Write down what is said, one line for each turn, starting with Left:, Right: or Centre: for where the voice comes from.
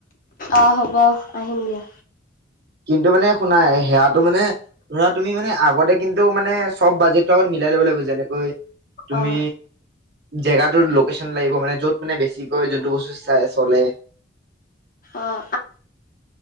Left: আহ হব আহিম দিয়া।
Right: কিন্তু মানে শুনা, সেয়াটো মানে তুমি মানে আগতে কিন্তু মানে চব বাজেটটো আগত মিলাই লব লাগিব, যেনেকৈ তুমি
Left: অঁ
Right: জেগাটো লোকেশচন লাগিব মানে যত মানে বেছিকৈ যোনটো বস্তু চাই চলে।
Left: অঁ